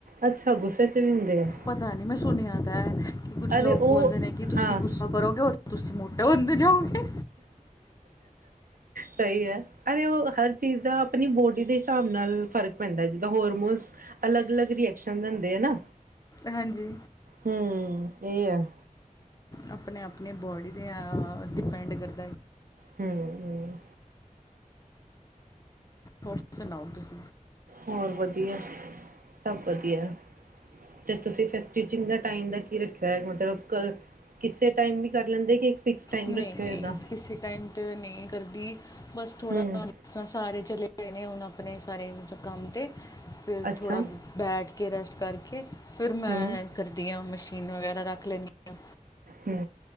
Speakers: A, on the right (about 75°); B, on the left (about 25°).
A: ਅੱਛਾ, ਗੁੱਸੇ 'ਚ ਵੀ ਹੁੰਦੇ ਐ।
B: ਪਤਾ ਨੀ ਮੈਂ ਸੁਣਿਆ ਤਾਂ ਕਿ ਕੁੱਛ ਲੋਕ
A: ਅਰੇ ਉਹ
B: ਬੋਲਦੇ ਨੇ ਕਿ ਤੁਸੀਂ
A: ਹਾਂ
B: ਗੁੱਸਾ ਕਰੋਗੇ ਤੁਸੀਂ ਮੋਟੇ ਹੁੰਦੇ ਜਾਉਗੇ
A: ਸਹੀ ਹੈ ਅਰੇ ਉਹ ਹਰ ਚੀਜ਼ ਦਾ ਆਪਣੀ ਬੋਡੀ ਦੇ ਹਿਸਾਬ ਨਾਲ ਫ਼ਰਕ ਪੈਂਦਾ ਜਿੱਦਾਂ ਹਾਰਮੋਨਸ ਅਲੱਗ -ਅਲੱਗ ਰਿਐਕਸ਼ਨ ਦਿੰਦੇ ਆ ਨਾ,
B: ਹਾਂਜੀ
A: ਹਮ ਇਹ ਹੈ
B: ਆਪਣੇ- ਆਪਣੇ ਬੋਡੀ ਦੇ ਅ ਡਿਪੈਂਡ ਕਰਦਾ
A: ਹਮ ਹਮ
B: ਹੋਰ ਸੁਣਾਓ, ਤੁਸੀ
A: ਹੋਰ ਵਧੀਆ, ਸਭ ਵਧੀਆ। ਤੇ ਤੁਸੀ ਫੇਰ ਸਟਿਚਿੰਗ ਦਾ ਟਾਈਮ ਦਾ ਕੀ ਰੱਖਿਆ ਮਤਲਬ ਕਲ ਕਿਸੇ ਟਾਈਮ ਵੀ ਕਰ ਲੈਂਦੇ ਕਿ ਟਾਈਮ
B: ਨਹੀ,
A: ਰੱਖਿਆ
B: ਨਹੀ
A: ਏਦਾਂ
B: ਕਿਸੇ ਟਾਈਮ ਤੇ ਨੀ ਕਰਦੀ, ਬੱਸ ਥੋੜਾ
A: ਹੂੰ
B: ਜਿਸ ਤਰਾਂ ਸਾਰੇ ਚਲੇ ਗਏ ਨੇ ਹੁਣ ਆਪਨੇ ਸਾਰੇ ਜੋ ਕੰਮ ਤੇ, ਫੇਰ
A: ਅੱਛਾ
B: ਥੋੜਾ ਬੈਠ ਕੇ, ਰੈਸਟ ਕਰਕੇ, ਫੇਰ ਮੈਂ
A: ਹੂੰ
B: ਕਰਦੀ ਆਂ ਮਸ਼ੀਨ ਵਗੈਰਾ ਰੱਖ ਲੈਂਦੀ ਆ
A: ਹੂੰ।